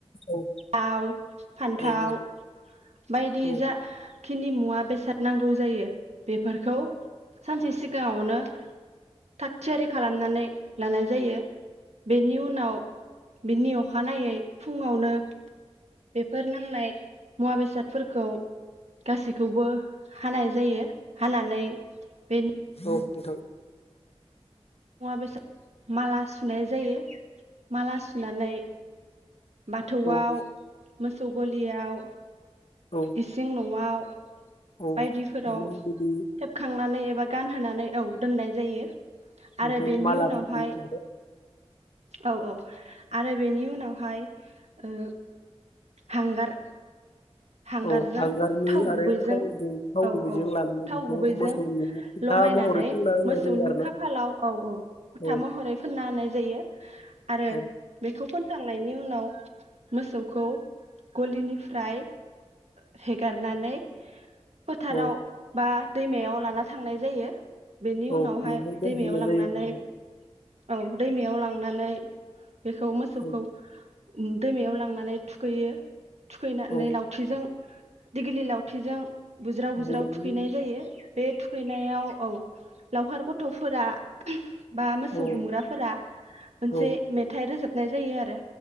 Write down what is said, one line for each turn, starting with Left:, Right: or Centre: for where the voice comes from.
Left: औ
Right: दाव फान्थाव
Left: औ औ
Right: बायदि
Left: औ
Right: जा खिनि मुवा बेसाद नांगौ जायो बेफोरखौ सानसे सिगाङावनो थाग थियारि खालामनानै लानाय जायो। बेनि उनाव बिनि अ अखानायै फुङावनो बेफोर नांनाय मुवा बेसादफोरखौ गासैखौबो हानाय जायो। हानानै बे
Left: औ नोंथां
Right: मुवा बेसाद माला सुनाय जायो। माला सुनानै बाथौआव
Left: औ
Right: मोसौ गलियाव
Left: औ
Right: इसिं नयाव <inaudible>
Left: औ
Right: बायदिफोराव
Left: माने बिदि
Right: थेबखांनानै एबा गान होनानै औ दोननाय जायो।
Left: बेखौ
Right: आरो बेनि
Left: मालाफोरखौ
Right: उनावहाय औ औ आरो बेनि उनावहाय ओ हांगार हांगारजों
Left: औ हांगारनि
Right: थाव
Left: आरो
Right: गुबैजों
Left: थावजों थाव
Right: औ
Left: गुबैजों
Right: औ
Left: लानानै
Right: थाव
Left: बेखौ
Right: गुबैजों
Left: मोसौनि फथा
Right: लगायनानै
Left: महरै फुनना होनाय
Right: मोसौनि
Left: जायो आरो ना
Right: खाफालाव औ औ फथा
Left: औ
Right: महरै फोनना होनाय जायो आरो
Left: औ
Right: बेखौ फोन फोनखांनायनि उनाव मोसौखौ गलिनिफ्राय हेगारनानै फोथाराव
Left: औ
Right: बा दैमायाव लाना थांनाय जायो। बेनि उनावहाय
Left: औ बेवहाय
Right: दैमायाव
Left: दोनहैनाय
Right: लांनानै
Left: जायो
Right: औ दैमायाव लांनानै बेखौ मोसौखौ
Left: औ
Right: उम दैमायाव लांनानै थुखैयो। थुखैनानै
Left: औ
Right: लाव थिजों दिग्लि लावथिजों बुज्राव बुज्राव
Left: बुनानै
Right: थुखैनाय जायो। बे थुखैनायाव औ लावखार गथफोरा बा मोसौ
Left: औ
Right: गुमग्राफोरा मोनसे
Left: औ
Right: मेथाइ रोजाब नाय जायो आरो।